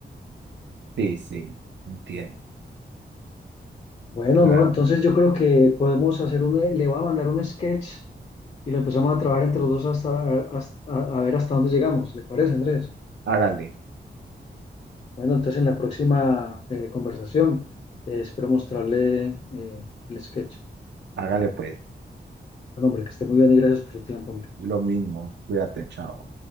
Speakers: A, on the right; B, on the left.
A: Sí, sí, entiendo.
B: Bueno,
A: Claro.
B: no, entonces yo creo que podemos hacer un, le voy a mandar un sketch y lo empezamos a trabajar entre los dos hasta, hasta- a, a ver hasta dónde llegamos, ¿le parece, Andrés?
A: Hágale,
B: Bueno, entonces en la próxima eh, conversación eh, espero mostrarle eh, el sketch.
A: hágale pues.
B: Bueno, hombre, que esté muy bien y gracias por su tiempo, hombre.
A: Lo mismo. Cuídate, chao.